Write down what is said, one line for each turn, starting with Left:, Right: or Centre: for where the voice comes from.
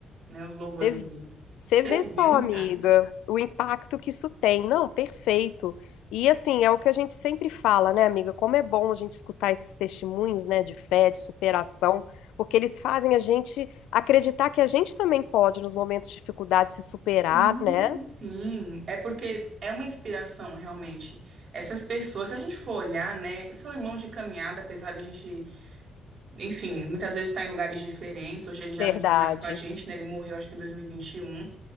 Right: né, os louvores
Left: Você,
Right: dele.
Left: você
Right: Pra Você
Left: vê
Right: vê
Left: só,
Right: o impacto.
Left: amiga, o impacto que isso tem. Não, perfeito. E assim, é o que a gente sempre fala, né, amiga? Como é bom a gente escutar esses testemunhos, né, de fé, de superação, porque eles fazem a gente acreditar que a gente também pode, nos momentos de dificuldade, se superar,
Right: Sim,
Left: né?
Right: sim. É porque é uma inspiração, realmente. Essas pessoas, se a gente for olhar, né, são irmãos de caminhada, apesar da gente, enfim, muitas vezes estar em lugares diferentes. Hoje ele já
Left: Verdade.
Right: não está mais com a gente, né? Ele morreu, acho que em 2021.